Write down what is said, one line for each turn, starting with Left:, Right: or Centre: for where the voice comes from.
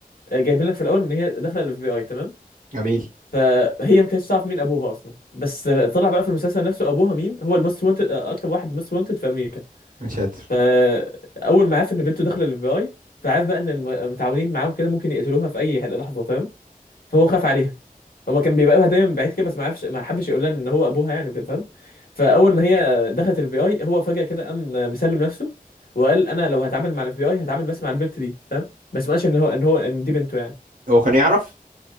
Left: آه، جايبين لك في الاول ان هي داخله الاف بي اي تمام
Right: جميل
Left: فهي ما كانتش تعرف مين ابوها اصلا بس طلع بقى في المسلسل نفسه ابوها مين هو الموست وانتد اكتر واحد موست وانتد في امريكا
Right: يا ساتر
Left: فاول ما عرف ان بنته داخله الاف بي اي فعرف بقى ان المتعاونين معاهم كده ممكن يقتلوها في اي لحظه فاهم فهو خاف عليها هو كان بيراقبها دايما من بعيد كده بس ما عرفش ما حبش يقول لها ان هو ابوها يعني وكده فاهم فاول ما هي دخلت الاف بي اي هو فجاه كده قام مسلم نفسه وقال انا لو هتعامل مع الاف بي اي هتعامل بس مع البنت دي فاهم بس ما قالش ان هو ان هو ان دي بنته يعني
Right: هو كان يعرف